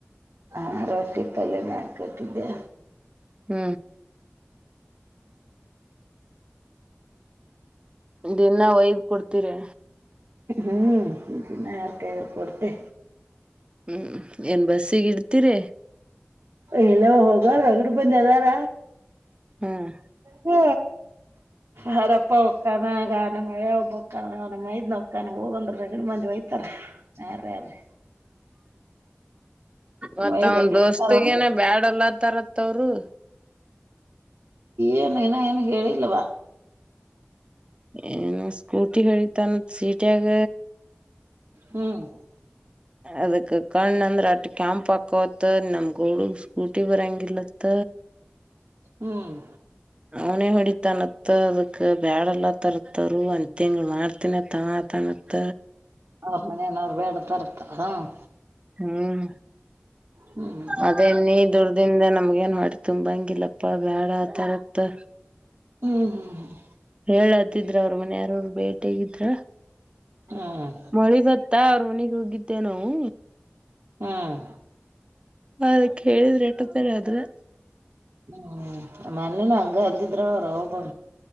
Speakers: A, on the right; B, on the right.
A: ಹಾ ರೊಟ್ಟಿ ಪಲ್ಯ ಮಾಡ್ಕೊಟ್ಟಿದ್ದೆ.
B: ಹ್ಮ ದಿನ ಒಯ್ದ್ ಕೊಡ್ತೀರೆ.
A: ಹ್ಮ್ ದಿನ ಯಾರ್ಕಾರ್ ಕೊಡ್ತಿ.
B: ಹ್ಮ್ ಏನ್ ಬಸ್ಸಿಗ್ ಇಡ್ತೀರೆ.
A: ಇಲ್ಲ ಹೋಗರ್ <unintelligible> ಬಂದಿ ಅದಾರ.
B: ಹ್ಮ್
A: ಹ್ಮ ಹಾರಪ್ಪ ಹೊಕ್ಕಾನ ಆಗ ನ ಮಳೆ ಒಬ್ಬಕ್ಕಾನ ನ ಮೈದ್ನಕ್ಕಾನ ಹೋಗಂದ್ರೆ ರಾಗಡ್ ಮಂದಿ ಇತರ ಹ ರ ರೆ
B: ಮತ್ತ
A: ಒಯ್ದಲ್ಲಿ
B: ಅವನ್ ದೋಸ್ತಗಿನೆ
A: ಇಡ್ತಾರ ಒಂದು
B: ಬ್ಯಾಡ ಅನ್ನತರತ್ ಅವ್ರು.
A: ಏನ್ ಎನ ಏನು ಹೇಳಿಲ್ಲವ.
B: ಏನೂ ಸ್ಕೂಟಿ ಹೇಳಿತಾನ ಸೀಟ್ಯಗ.
A: ಹ್ಮ್
B: ಅದಕ್ಕ ಕಣ್ಣ ಅಂದ್ರ ಅಟ್ ಕ್ಯಾಂಪ್ ಹಾಕೊವತ್ತ ನಮ್ ಗೌಡು ಸ್ಕೂಟಿ ಬರಂಗಿಲತ್ತ.
A: ಹ್ಮ್
B: ಅವನೆ ಹೊಡಿ ತನತ್ ಅದಕ್ ಬ್ಯಾಡಲ್ಲ ತರ್ತರು ಅಂತ ತಿಂಗಳು ಮಾಡ್ತನತ್ತತ - ತ್ತ
A: ಅವ್ರ ಮನೆನ <unintelligible>
B: ಹ್ಮ್
A: ಹ್ಮ್
B: ಅದೇ ನೀ ದುರ್ದಿಂದನ. ನಮ್ಗೇನ್ ಹೊಟ್ ತುಂಬಂಗಿಲ್ಲಪ್ಪ ಬ್ಯಾಡ ಆ ತರತ್ತು.
A: ಹ್ಮ್ ಹ್ಮ್ ಹ್ಮ್
B: ಹೇಳತ್ತಿದ್ರ ಅವ್ರ ಮನ್ ಯಾರೋರು ಬೇಟಿ ಆಗಿದ್ರ.
A: ಹ್ಮ್
B: ಮಳಿ ಬತ್ತಾ ಅವ್ರ ಮನಿಗ್ ಹೋಗಿದ್ದೇ ನಾವು.
A: ಹ್ಮ್
B: ಅಕ್ ಕೇಳಿದ್ರೆ ಎಟ್ಟತರಿ ಆದ್ರೆ.
A: ಹ್ಮ್ ಆಮೇಲಿನ ಹಂಗ ಅಲ್ದಿದ್ರ ಅವ ರಾವ್.